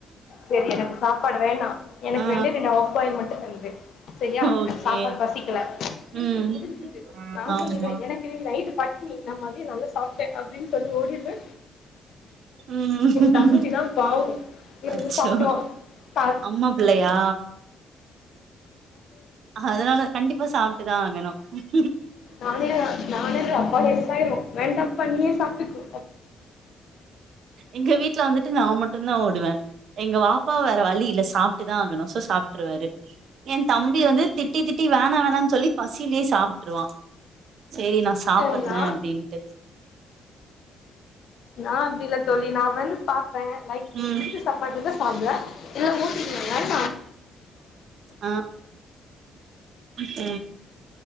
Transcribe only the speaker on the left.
செரி எனக்கு சாப்பாடு வேணா எனக்கு
ரெண்டே ரெண்டு ஆஃபாயில் மட்டு தந்துடு சேரியா
சாப்பாடு பசிக்கல சிம்புள்
முடுஞ்சுது நா
சொல்லிடுவே எனக்கு நீ ரைட்டு பட் னிதா நம்ம அதே நல்லா சாப் ட அப்டின் சொல்லி ஓடிடுவ
தம்பிதா பாவோ இருந்து
சாப்புடுவா த
நானு நானு எங்க அப்பா எஸ்சாயிருவோ வேண்டாப்பா நீயே சாப்டுக்கோ
அ நா
நா அப்டில்ல தோழி நா வந்து பாப்ப லைக்
பிடிச்ச சப்பாடு வந்தா சாப்புடுவ இல்ல ஊட்டி விடுவாங்க